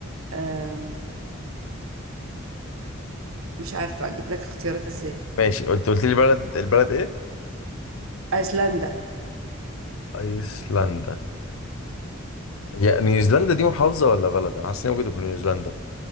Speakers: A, on the right; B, on the left.
A: آه مش عارفة اجيب لك اختيارات ازاي
B: ماشي قلت قلت لي بلد البلد ايه
A: أيسلندا
B: ايسلندا هي نيوزيلندا دي محافظه ولا بلد انا حاسس ان هي ممكن تكون نيوزيلندا